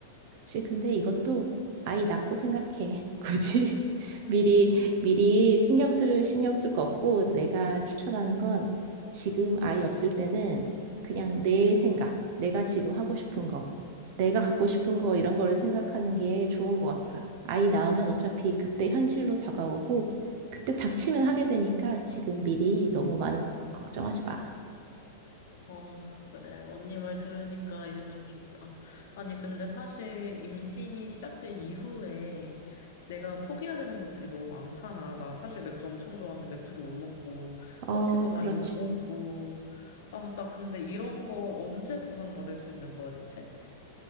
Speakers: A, on the right; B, on the left.
A: 그치, 근데 이것도 아이 낳고 생각해. <laughs> 굳이 미리, 미리 신경 쓸, 신경 쓸 거 없고 내가 추천하는 건 지금 아이 없을 때는 그냥 내 생각, 내가 지금 하고 싶은 거,
B: 응.
A: 내가 갖고 싶은 거 이런 거를 생각하는 게 좋은 것 같아. 아이 낳으면 어차피 그때 현실로 다가오고 그때 닥치면 하게 되니까 지금 미리 너무 많은 고- 걱정하지 마.
B: 어, 그래. 언니 말 들으니까 이제 좀 좋다. 아니, 근데 사실 임신이 시작된 이후에 내가 포기해야 되는 것들이 너무 많잖아. 나 사실 맥주 엄청 좋아하는데 맥주도 못 먹고,
A: 어,
B: 커피도 많이
A: 그렇지.
B: 못 먹고. 아, 나 근데 이런 거 언제 보상받을 수 있는 거야, 대체?